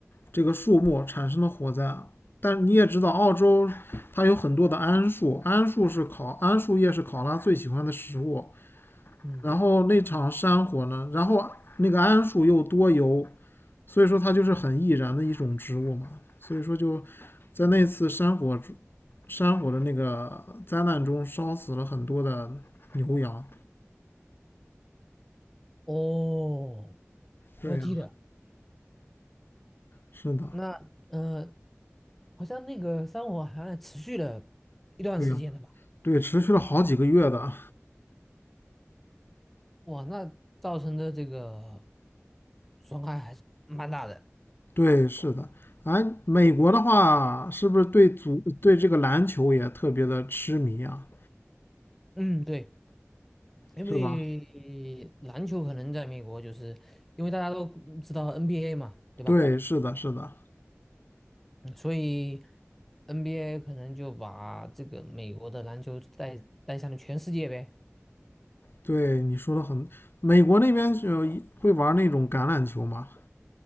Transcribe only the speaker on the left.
这个树木产生的火灾啊。但你也知道，澳洲它有很多的桉树，桉树是考桉树叶是考拉最喜欢的食物。
然后那场山火呢，然后那个桉树又多油，所以说它就是很易燃的一种植物嘛。所以说就在那次山火山火的那个灾难中，烧死了很多的牛羊。
对呀、
是的，
对呀、对，持续了好几个月的。
对，是的。哎，美国的话，是不是对足对这个篮球也特别的痴迷啊？
是吧？
对，是的，是的。
对，你说的很。美国那边就会玩那种橄榄球吗？